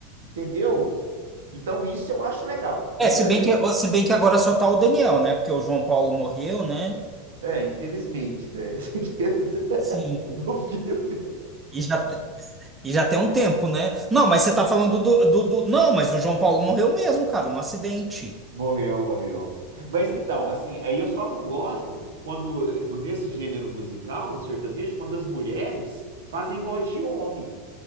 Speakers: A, on the right; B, on the right.
A: Entendeu? Então isso eu acho legal. Mas,
B: É, se
A: por exemplo,
B: bem que, se bem que agora só tá o Daniel, né? Porque o João Paulo morreu, né?
A: é, infelizmente, né? <laughs> Esse aqui é do
B: Sim,
A: filme.
B: e já, te- e já tem um tempo, né? Não, mas você tá falando do, do, do- Não, mas o João Paulo morreu mesmo, cara, no acidente.
A: Morreu, morreu. Mas então, assim, aí eu só não gosto quando, nesse gênero musical do sertanejo, quando as mulheres fazem voz de homem.